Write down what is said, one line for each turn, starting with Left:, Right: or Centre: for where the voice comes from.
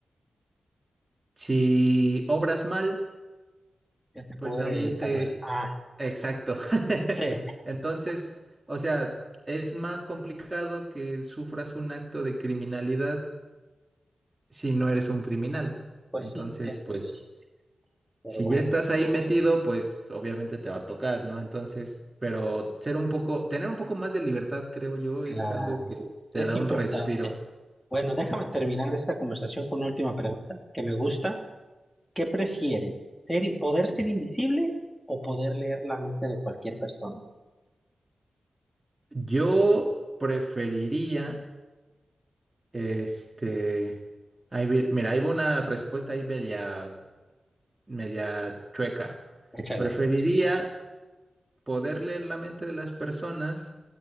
Right: si obras mal,
Centre: se te pudre
Right: Pues ahí
Centre: el
Right: te...
Centre: tamaño. Ah,
Right: Exacto. <laughs>
Centre: sí,
Right: Entonces, o sea, es más complicado que sufras un acto de criminalidad si no eres un criminal.
Centre: pues
Right: Entonces,
Centre: sí, eso
Right: pues,
Centre: sí, pero
Right: si
Centre: bueno,
Right: ya estás ahí metido, pues obviamente te va a tocar, ¿no? Entonces, pero ser un poco, tener un poco más de libertad, creo yo,
Centre: claro,
Right: es algo que te
Centre: es
Right: da
Centre: importante.
Right: un respiro.
Centre: Bueno, déjame terminar esta conversación con una última pregunta que me gusta ¿Qué prefieres? Ser, ¿poder ser invisible o poder leer la mente de cualquier persona?
Right: Yo preferiría, este, ahí vi- mira, ahí va una respuesta ahí media media chueca.
Centre: Échale.
Right: Preferiría poder leer la mente de las personas,